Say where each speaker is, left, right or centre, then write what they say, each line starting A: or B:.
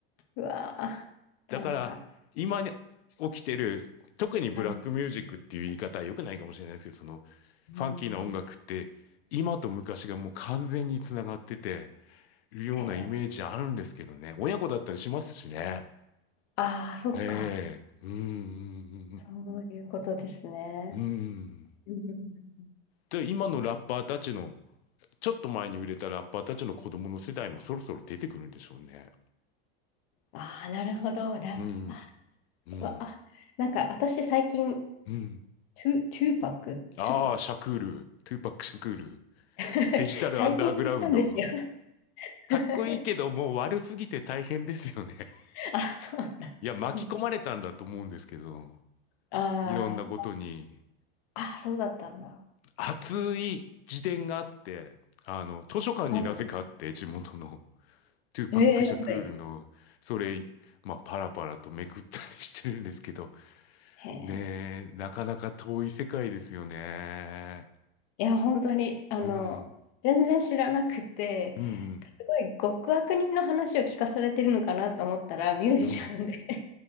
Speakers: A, on the left; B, on the left.
A: ーうわ
B: だから、
A: ー、なんか、
B: 今に起きてる、特にブラックミュージックっていう言い方は良くないかもしれないですけど、
A: はい。
B: その、
A: うん。
B: ファンキーな音楽って、今と昔がもう完全につながってて、るようなイメージあるんですけどね。
A: へえ
B: 親子だったりしますしね。
A: ああ、そっか。
B: ええうーん、
A: そういうことですね。
B: うーん。
A: うん。
B: で、今のラッパーたちの、ちょっと前に売れたラッパーたちの子供の世代もそろそろ出てくるんでしょうね。
A: ああ、なるほど。ラッパー。
B: うん、うん、
A: うわあ、なんか私最近、
B: うん。
A: トゥ、トゥーパック、
B: ああ、
A: トゥーパック。
B: シャクール、トゥーパック・シャクール、
A: <laughs>
B: デジタルアンダーグラウンド。
A: 最近知ったんですよ。
B: かっこいいけど、
A: <laughs>
B: もう悪すぎて大変ですよね。<laughs>
A: あ、そうなんですね。
B: いや、巻き込まれたんだと思うんですけど、
A: あ
B: いろんなことに。
A: あ、あ、そうだったんだ。
B: 熱い自伝があって、あの、図書館になぜかあって、
A: はい。
B: 地元の、トゥーパック・
A: ええはい。
B: シャクールの、それ、まあ、パラパラとめくったりしてるんですけど、
A: へえ。
B: ねえ、なかなか遠い世界ですよね。
A: いや、本当に、あの、
B: うん、
A: 全然知らなくて、
B: うん、うん、
A: すごい極悪人の話を聞かされてるのかなと思ったら、ミュージシャンで
B: うん。